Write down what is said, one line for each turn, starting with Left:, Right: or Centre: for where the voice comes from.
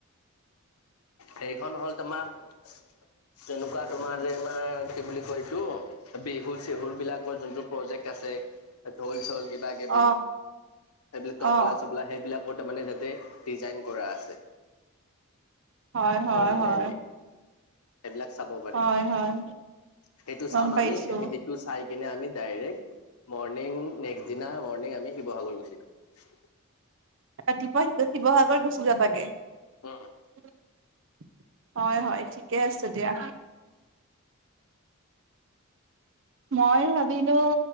Left: সেইখন হ'ল তোমাৰ তেনেকুৱা তোমাৰ যে আমাৰ কি বুলি কয় এইটো বিহু চিহুৰ বিলাকৰ যোনটো প্ৰজেক্ট আ আছে ঢোল চোল কিবা কিবি,
Right: অ
Left: এইবিলাক
Right: অ
Left: তবলা চবলা সেইবিলাকত মানে তাতে ডিজাইন কৰা আছে।
Right: হয় হয়
Left: অৰিজিনেলি।
Right: হয়
Left: এইবিলাক চাব পাৰি।
Right: হয় হয়
Left: সেইটো
Right: গম
Left: চাম
Right: পাইছো
Left: আমি সেইটো চাই পিনে আমি ডাইৰেক্ট মৰ্নিং নেক্সট দিনা মৰ্ণিং আমি শিৱসাগৰ গুচি যাম
Right: ৰাতিপুৱাই শিৱসাগৰত গুচি যাবাগে হয়
Left: উম,
Right: হয় ঠি <unintelligible> ঠিকে আছে দিয়া মই ভাবিলো